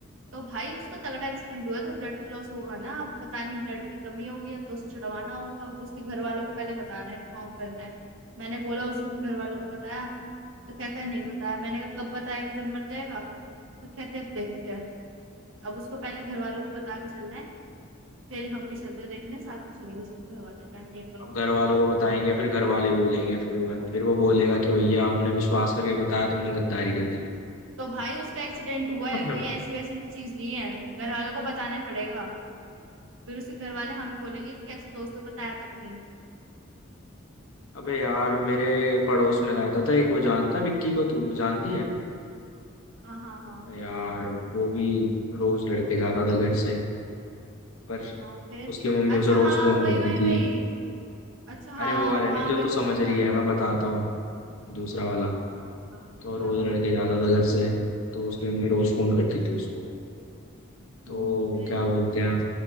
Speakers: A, on the right (about 70°); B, on the left (about 80°).
A: तो भाई उसका तगड़ा एक्सीडेंट हुआ है, तो ब्लड तो लॉस होगा ना अब पता नहीं ब्लड की कमी होगी या तो उसे छुड़वाना होगा अब उसके घर वालों को पहले बताना है इन्फॉर्म करना है मैंने बोला उसको घर वालों को बताया तो कहता है नहीं बताया मैंने कहा कब बताएगा जब मर जाएगा तो कहते हैं अब देखते हैं अब उसको पहले घर वालों को बता के चलना है फिर हम भी चलते हैं देखने साथ में चलेंगे उसके घर वाले आंटी अंकल
B: अब
A: को बता
B: घर
A: देंगे
B: वालों को बताएंगे फिर घर वाले बोलेंगे फिर वो फिर वो बोलेगा कि भैया हमने विश्वास करके बताया तुमने गद्दारी कर दी
A: तो भाई उसका एक्सीडेंट हुआ
B: <clears throat>
A: है कोई ऐसी वैसी चीज नहीं है घर वालों को बताना पड़ेगा फिर उसके घर वाले हमें बोलेंगे कि कैसे दोस्तों बताया तक नहीं
B: अबे यार मेरे पड़ोस में रहता था एक वो जानता है विक्की को तू वो जानती है
A: हाँ हाँ हाँ
B: तो यार वो भी रोज लड़के जाता था घर से पर
A: हाँ फिर
B: उसकी मम्मी
A: अच्छा
B: उसे रोज
A: हाँ
B: फोन
A: वही
B: करती
A: वही
B: थी
A: वही अच्छा हाँ
B: अरे वो वाला
A: वहाँ
B: नहीं जो
A: मेरे
B: तू समझ
A: को उसकी कहानी
B: रही है मैं बताता हूँ दूसरा वाला
A: हाँ हाँ,
B: तो रोज
A: क्या हुआ
B: लड़के जाता था घर से तो उसकी मम्मी रोज फोन करती थी उसको तो
A: हम्म, फिर
B: क्या बोलते हैं